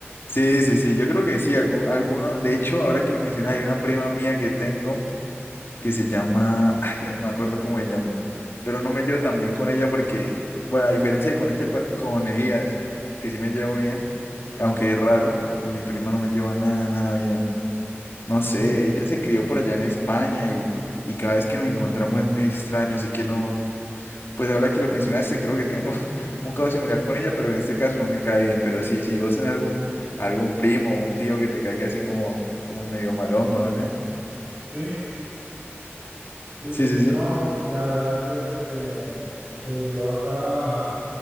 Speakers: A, on the left (about 60°); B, on the right (about 50°).
A: sí, sí, sí, yo creo que sí, algún, alguno. De hecho, ahora que lo mencionas, hay una prima mía que tengo. que se llama, <laughs> ah, ya ni me acuerdo cómo se llama, pero no me llevo tan bien con ella porque, bueno, a diferencia de con este, par- con Elías, que sí me llevo bien, aunque es raro, con mi prima no me llevo nada, nada bien. No sé,
B: Sí,
A: ella se crió por allá en España y, y cada vez que nos encontramos es muy extraño, así que no, pues ahora que lo mencionaste, creo que tengo <laughs> un caso similar con ella, pero en este caso no me cae bien, pero sí, si vos en algún, algún primo o un tío que te caiga así como, como medio malongo, no sé.
B: sí, sí,
A: Sí,
B: sí,
A: sí,
B: sí,
A: sí.
B: no, ya, ya, fíjate que eh, yo acá